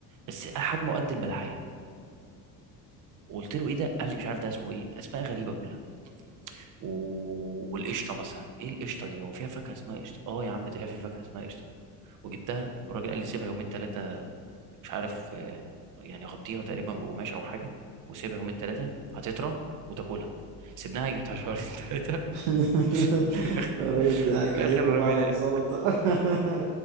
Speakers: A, on the right; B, on the right.
A: بس حجمه قد البلحية وقلت له ايه ده قال لي مش عارف ده اسمه ايه اسماء غريبه كلها و... والقشطه مثلا ايه القشطه دي هو فيها فاكهه اسمها قشطه اه يا عم طلع في فاكهه اسمها قشطه وجبتها والراجل قال لي سيبها يومين ثلاثه مش عارف آه، يعني غطيها تقريبا بقماش او حاجه وسيبها يومين ثلاثه هتطرى وتاكلها سيبناها جبتها شهرين <laughs> ثلاثه
B: <laughs>
A: في الاخر
B: الراجل ضحك
A: في الاخر
B: عليك
A: رميناها
B: وبعلك زلطة <laughs>